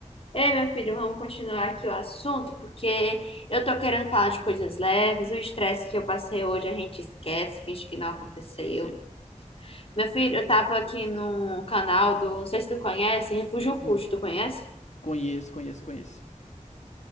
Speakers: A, on the left; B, on the left.
A: Ei, meu filho, vamos continuar aqui o assunto, porque eu tô querendo falar de coisas leves. O estresse que eu passei hoje a gente esquece, finge que não aconteceu.
B: É, esqueci mesmo.
A: Meu filho, eu tava aqui num canal do, não sei se tu conhece, Refúgio Custo,
B: Hum,
A: tu conhece?
B: Conheço, conheço, conheço.